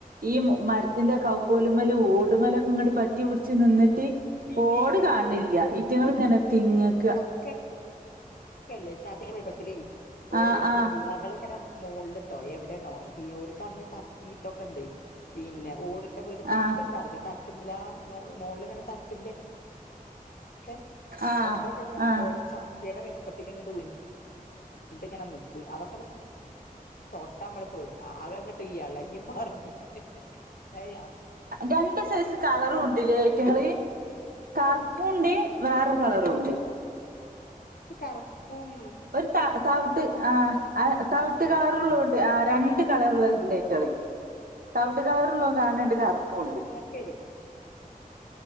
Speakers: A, on the right (about 75°); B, on the left (about 75°).
A: ഈ മരത്തിന്റെ കൗക്കോലുമലും ഓടുമലൊക്കെ ഇങ്ങട് പ റ്റിപിടിച് നിന്നിട്ട്
B: ഔ പിന്നെ
A: ഓട്
B: ഇമ്മളെ
A: കാണില്ല
B: ച
A: ഈറ്റങ്ങൾ ഇങ്ങനെ തിങ്ങക്ക
B: ച ക്ക ക്കല്ലേ വെൽപ്പത്തിലേ ഓരോ
A: ആഹ് ആഹ്
B: ഉരുളകള്ങ്ങനെ മോളില് ട്ടോ എവിടെന്നോ പി ഓൽകന്ന് പ ഇതൊക്കെണ്ടയ് പിന്നെ ഓട് ട്ട വീട് തട്ട്ണ്ടാവില്ലെ
A: ആഹ്
B: തട്ട്മല ആ മോൾ മോളിലിങ്ങനെ തട്ടിന്റെ ക്കെ
A: ആഹ്
B: <unintelligible>
A: ആഹ്
B: ഓരോ ചക്കയുടെ വലുപ്പത്തിങ്ങട്ട് ണ്ട് ങ്ങനെ നിക്കും അതൊക്കെ ണ്ടാമ്മൾ പെടും ആകെ അങ്ങട്ട് എളകി മറ്ന് അയ്
A: രണ്ട് സൈസ് കളറുണ്ട് ല്ലെ ഈറ്റങ്ങള് കറുപ്പുംഉണ്ട് വേറൊരു കളറും ഉണ്ട്
B: കറപ്പും
A: ഒരുത തവിട്ട് ആ തവിട്ട് കളറ്ള്ളതുണ്ട്
B: ആഹ്
A: ആ രണ്ട് കളർള്ളായിറ്റാളെ തവ്ട്ട് കളർള്ളല്ലതുകാണ് ണ്ട് കറുപ്പും ഉണ്ട്
B: ശരി